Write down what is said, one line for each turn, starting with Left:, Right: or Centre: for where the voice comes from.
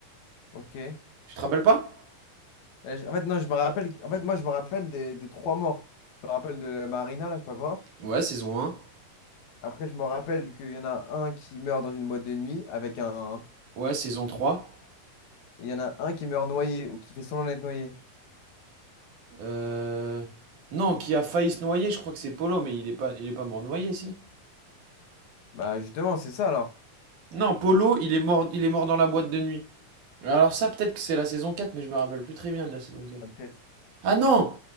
Left: ok.
Right: Tu te rappelles pas
Left: Ouais, je- En fait, non, je me rappelle. En fait, moi, je me rappelle des, des trois morts. Je me rappelle de Marina, là, je sais pas quoi.
Right: Ouais, saison un.
Left: Après, je me rappelle qu'il y en a un qui meurt dans une boîte de nuit avec un.
Right: Ouais, saison trois.
Left: et Il y en a un qui meurt noyé ou qui fait semblant d'être noyé.
Right: Euh... Non, qui a failli se noyer, je crois que c'est Polo, mais il est pas, il est pas mort noyé, si.
Left: Bah, justement, c'est ça alors.
Right: Non, Polo, il est mort, il est mort dans la boîte de nuit. Alors ça, peut-être que c'est la saison 4, mais je me rappelle plus très bien de la saison quatre.
Left: Ah, peut-être.
Right: Ah non!